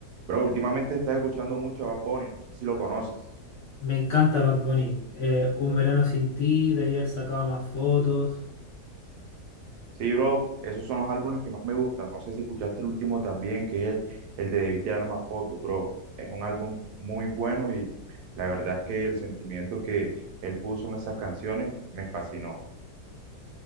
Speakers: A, on the right (about 75°); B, on the left (about 65°).
A: Bro, últimamente estás escuchando mucho a Bad Bunny, no sé si lo conoces.
B: Me encanta Bad Bunny. Eh, Un verano sin ti, debía haber sacado más fotos.
A: Sí, bro, esos son los álbumes que más me gustan. No sé si escuchaste el último también, que es el de Debí tirar más fotos, bro. Es un álbum muy bueno y la verdad es que el sentimiento que él puso en esas canciones me fascinó.